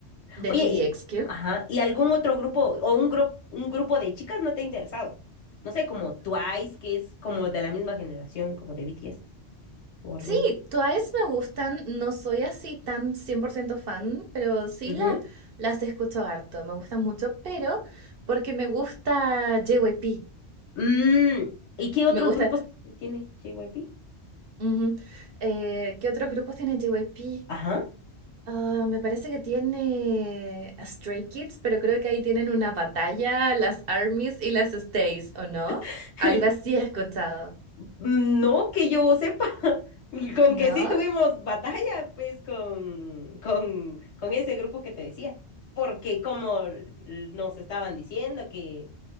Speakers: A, on the right; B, on the left.
A: de
B: Oye,
A: TVXQ.
B: Sí. y, ajá, ¿y algún otro grupo o un grupo un grupo de chicas no te ha interesado? No sé, como Twice, que es como de la misma generación, como de BTS o algo.
A: Sí, Twice me gustan, no soy así tan 100% fan, pero sí
B: Ujú.
A: la- las escucho harto, me gustan mucho, pero porque me gusta JYP,
B: Mm, ¿y qué otros
A: me gusta...
B: grupos tiene JYP?
A: ujú. Eh, ¿qué otros grupos tiene JYP?
B: Ajá.
A: Ah, me parece que tiene a Stray Kids, pero creo que ahí tienen una batalla, las ARMYs y las Stays, ¿o no?
B: <laughs>
A: Algo así he escuchado,
B: No que yo sepa. <laughs> Con
A: ¿no?
B: que sí tuvimos batalla, pues, con, con, con ese grupo que te decía. Porque como l- nos estaban diciendo que